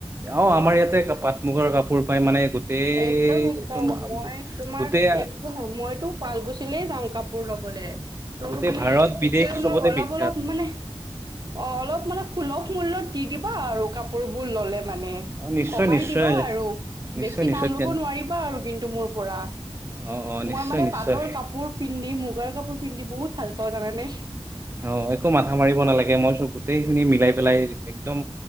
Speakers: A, on the right (about 25°); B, on the right (about 40°).
A: অ আমাৰ ইয়াতে প মুগৰ কাপোৰ পাই মানে। গোটেই
B: একদম একদম
A: তোমাৰ
B: মই তোমাৰ
A: গোটেই
B: একো নাই মইতো শুৱাল গুছিলেই যাম কাপোৰ ল'বলৈ তৌ
A: গোটেই
B: মানে
A: ভাৰত
B: তেতিয়া
A: বিদেশ
B: ধোম
A: চবতে
B: অলপ
A: বিখ্যাত
B: অলপ মানে অ অলপ মানে সুলভ মূল্য়ত। দি দিবা আৰু কাপোৰ। কাপোৰ ললে মানে
A: অ নিশ্চয়
B: কমাই
A: নিশ্চয়
B: দিবা আৰু
A: নিশ্চয়
B: বেছি কি
A: নিশ্চয়
B: দাম ল'ব নোৱাৰিবা আৰু কিন্তু মোৰ পৰা
A: অ অ নিশ্চয়
B: মই মানে
A: নিশ্চয়
B: পাটৰ কাপোৰ পিন্ধি মুগাৰ কাপোৰ পিন্ধি বহুত ভাল পাওঁ জানানে
A: অ একো মাথা মাৰিব নালাগে মইচব গোটেইখিনি মিলাই পেলাই একদম